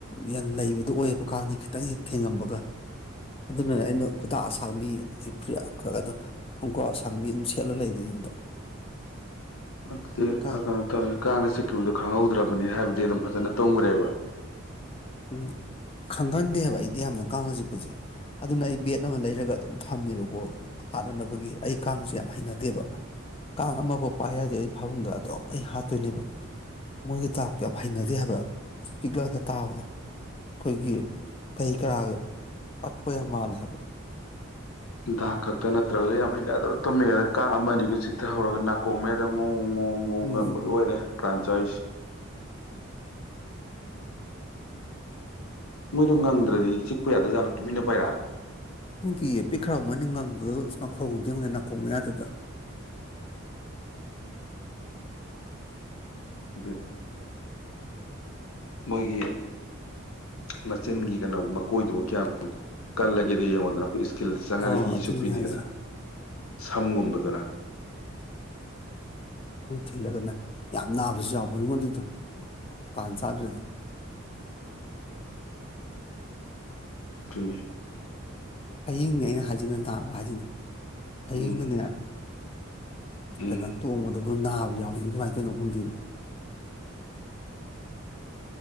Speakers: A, on the left; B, on the left.
A: ꯌꯥꯝ ꯂꯩꯕꯗꯣ ꯑꯣꯏꯌꯦꯕ ꯀꯥꯡꯅ ꯈꯤꯇꯪ ꯍꯦꯛ ꯊꯦꯡꯉꯝꯃꯕꯒ ꯑꯗꯨꯅ ꯑꯩꯅ ꯈꯨꯗꯥꯡ ꯑꯁꯥꯡꯕꯤ ꯗꯤ <unintelligible> ꯈꯣꯡꯒ꯭ꯔꯥꯎ ꯑꯁꯥꯡꯕꯤ ꯑꯗꯨꯝ ꯁꯦꯠꯂ ꯂꯩꯗꫭ ꯌꯨꯝꯗ
B: ꯑꯗꯨꯗꯤ
A: ꯀꯥꯡ
B: ꯑ ꯀꯩꯅꯣ ꯇꯥꯏ ꯀꯥꯡꯅ ꯆꯤꯛꯈꯤꯕꯗꯣ ꯈꯪꯍꯧꯗ꯭ꯔꯕꯅꯤ ꯍꯥꯏꯕ ꯗꯤ ꯑꯗꯨꯝ ꯐꯖꯅ ꯇꯨꯝꯒ꯭ꯔꯦꯕ
A: ꯎꯝ ꯈꯪꯒꯟꯗꯦ ꯍꯥꯏꯕ ꯑꯩꯗꯤ ꯌꯥꯝꯅ ꯀꯥꯡꯅ ꯆꯤꯛꯄꯁꯦ ꯑꯗꯨꯅ ꯑꯩ ꯕꯦꯠ ꯑꯃ ꯂꯩꯔꯒ ꯑꯗꯨꯝ ꯊꯝꯃꯦꯕꯀꯣ ꯍꯥꯠꯅꯅꯕꯒꯤ ꯑꯩ ꯀꯥꯡꯁꯦ ꯌꯥꯝ ꯍꯩꯅꯗꯦꯕ ꯀꯥꯡ ꯑꯃ ꯕꯧ ꯄꯥꯏ ꯌꯥꯗꯦ ꯑꯩꯅ ꯐꯥꯃꯨꯡꯗ ꯑꯗꯨꯝ ꯑꯩ ꯍꯥꯠꯇꯣꯏꯅꯦꯕ ꯃꯣꯏꯒꯤ ꯗꯥꯛꯇꯣ ꯌꯥꯝ ꯍꯩꯅꯗꯦ ꯍꯥꯏꯕ ꯆꯤꯛꯂꯛꯑꯒ ꯇꯥꯕꯗꯣ ꯑꯩꯈꯣꯏꯒꯤ ꯀꯩ ꯀꯔꯥꯒ ꯄꯛꯄ ꯌꯥꯝ ꯃꯥꯜꯂꯦ ꯍꯥꯏꯕ
B: ꯗꯥꯛ ꯈꯛꯇ ꯅꯠꯇ꯭ꯔꯒꯁꯨ ꯌꯥꯝ ꯍꯩꯅꯗꯕ ꯇꯨꯝꯃꯤꯉꯩꯗ ꯀꯥꯡ ꯑꯃ ꯑꯅꯤꯒ ꯆꯤꯊ ꯍꯧꯔꯒ ꯅꯥꯀꯣꯡ ꯃꯌꯥ ꯇ ꯉꯣꯡ ꯉꯣꯡ ꯉꯣꯡ
A: ꯎꯝ
B: ꯉꯪꯕꯗꯨ
A: ꯎꯝ ꯎꯝ
B: ꯑꫭꯏꯔꯦ ꯄ꯭ꯔꯥꯟ ꯆꯥꯛꯏꯁꯤ ꯃꯣꯏꯗꯣ ꯉꯪꯗ꯭ꯔꯗꯤ ꯆꯤꯛꯄ ꯌꯥꯗꯖꯥꯠꯂ ꯇꯨꯃꯤꯟꯅ ꯄꯥꯏꯔꯛꯑꯒ
A: ꯈꯪꯗꯤꯌꯦ ꯄꯤꯛꯈ꯭ꯔꯕ ꯃꯣꯏꯅ ꯉꯪꯕꯗꯨꯂ ꯃꯈꯣꯛꯒꯗꯨ ꯌꯦꯡꯉꯨꯅꯦ ꯅꯥꯀꫭꯡ ꯃꯌꯥꯗꯨꯗ ꯅꯥꯀꯣꯡ ꯃꯌꯥꯗꯨꯗ
B: ꯗꯨꯅꯤ ꯃꯣꯏꯒꯤ ꯃꯆꯤꯟꯒꯤ ꯀꯩꯅꯣ ꯃꯀꯣꯏꯗꯨꯕꯨ ꯀꯌꯥꯝ ꯀꯜꯂꯒꯦꯗꯨ ꯌꯦꯡꯉꯣꯗꯅ ꯑꯩꯈꯣꯏ ꯊꯤꯜꯗ ꯆꯪꯉꯒ
A: ꯑꯥ
B: ꯏ
A: ꯑꯗꯨꯅꯦ
B: ꯆꯨꯞꯄꯤꯅꯤꯗꯅ
A: ꯍꯥꯏꯁꯦ
B: ꯁꯝꯒꯨꯝꯕꯗꯨꯅ
A: ꯊꯜꯂꯒꯅ ꯌꯥꯝ ꯅꯥꯕꯁꯨ ꯌꯥꯎꯕꯅꯤꯉꯣ ꯃꯗꯨꯗꯣ ꯇꯥꯟ ꯆꯥꯗ꯭ꯔꯗꯤ
B: ꯑꯗꯨꯨꯅꯦ
A: ꯍꯌꯤꯡꯅꯦ ꯑꯩꯅ ꯍꯥꯏꯖꯤꯅ ꯅꯥꯕ ꯍꯥꯏꯖꯤꯅ ꯍꯌꯤꯡꯗꯅꯦ
B: ꯎꯝ ꯎꯝ
A: ꯀꯩꯅꯣ ꯇꯣꯡꯕꯗꯨꯕꯨ ꯅꯥ ꯥꯂꯥꯎꯔꯛꯏꯕ ꯀꯃꯥꯏꯅ ꯇꫭꯏꯅꫭ ꯈꯪꯗꯦꯃꯤ